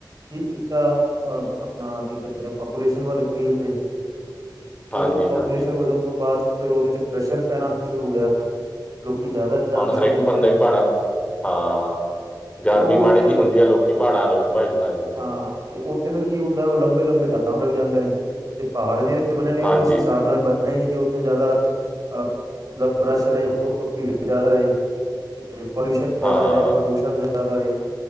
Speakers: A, on the right (about 50°); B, on the left (about 15°).
A: ਕਿ ਇੱਕ ਆਪਣਾ ਕੀ ਕਦੇ ਪਾਪੂਲੇਸ਼ਨ ਵਧ ਗਈ ਉੱਥੇ
B: ਹਾਂਜੀ
A: ਉਹ ਪਾਪੂਲੇਸ਼ਨ
B: ਹਾਂਜੀ
A: ਵਧਣ ਤੋਂ ਬਾਅਦ ਫਿਰ ਉਹਦੇ ਤ ਪ੍ਰਸ਼ਰ ਪੈਣਾ ਸ਼ੁਰੂ ਹੋ ਗਿਆ ਲੋਕੀ ਜ਼ਿਆਦਾ ਜਾਣ
B: ਹੁਣ
A: ਸ਼ੁਰੂ
B: ਹਰੇਕ
A: ਹੋ
B: ਬੰਦਾ
A: ਗਏ
B: ਹੀ ਪਹਾੜਾਂ ਨੂੰ ਹਾਂ। ਗਰਮੀ
A: ਤੇ ਉਹ
B: ਮਾੜੀ
A: ਵੀ ਫਿਰ
B: ਜਹੀ ਹੁੰਦੀ ਲੋਕੀ ਪਹਾੜਾਂ ਵੱਲ ਭੱਜਨ ਲੱਗ ਜਾਂਦੇ।
A: ਹਾਂ ਤੇ ਉੱਥੇ ਫ਼ਿਰ ਕੀ ਹੁੰਦਾ ਉਹ ਲੰਬੇ ਲੰਬੇ ਜਾਮ ਲੱਗ ਜਾਂਦੇ ਨੇ ਤੇ ਪਹਾੜ ਜਿਹੜੇ ਬਣੇ ਨੇ
B: ਹਾਂਜੀ
A: ਉਹ ਉਸ ਹਿਸਾਬ ਨਾਲ ਬ ਨੀ ਕਿ ਉੱਥੇ ਜ਼ਿਆਦਾ ਮਤਲਬ ਪ੍ਰਸ਼ਰ ਰਹੇ ਹੋਰ ਭੀੜ ਜ਼ਿਆਦਾ ਰਹੈ। ਪੋਲਿਊਸ਼ਨ ਜ਼ਿਆਦਾ
B: ਹਾਂ
A: ਰਹੇ ਪ੍ਰਦੂਸ਼ਣ ਜ਼ਿਆਦਾ ਰਹੇ